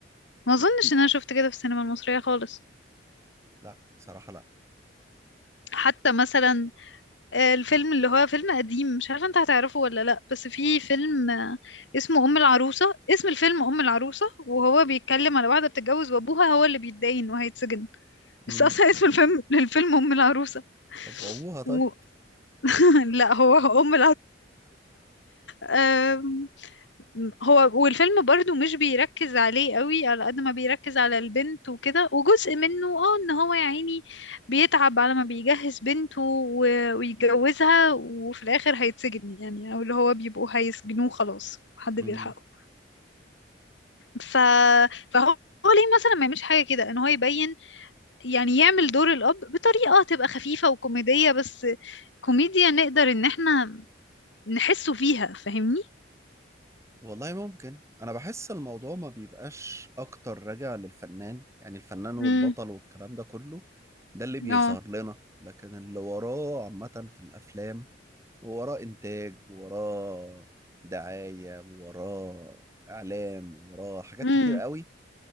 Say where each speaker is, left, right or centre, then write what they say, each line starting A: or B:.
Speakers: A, on the left; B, on the right.
A: ما اظنش ان انا شفت كده في السينما المصرية خالص
B: لا صراحة لا
A: حتى مثلا آه، الفيلم اللي هو فيلم قديم مش عارفة انت هتعرفه ولا لا بس في فيلم آه، اسمه أم العروسة اسم الفيلم أم العروسة وهو بيتكلم على واحدة بتتجوز وأبوها هو اللي بيتدين وهيتسجن بس
B: مم.
A: أصلا اسم الفيلم <laughs> للفيلم أم العروسة
B: طب ابوها طيب
A: و... <laughs> لا هو أم العروسة هو والفيلم برضو مش بيركز عليه قوي على قد ما بيركز على البنت وكده وجزء منه اه ان هو يا عيني بيتعب على ما بيجهز بنته و- ويتجوزها وفي الاخر هيتسجن يعني او اللي هو بيبقوا هيسجنوه خلاص حد
B: مم.
A: بيلحقه ف... فهو هو ليه مثلا ما يعملش حاجة كده ان هو يبين يعني يعمل دور الاب بطريقة تبقى خفيفة وكوميدية بس كوميديا نقدر ان احنا نحسه فيها فاهمني
B: والله ممكن انا بحس الموضوع ما بيبقاش اكتر راجع للفنان يعني الفنان والبطل
A: امم
B: والكلام ده كله ده اللي بيظهر
A: اه
B: لنا لكن اللي وراه عامة في الافلام وراه انتاج وراه دعاية وراه اعلام وراه حاجات
A: امم
B: كتير قوي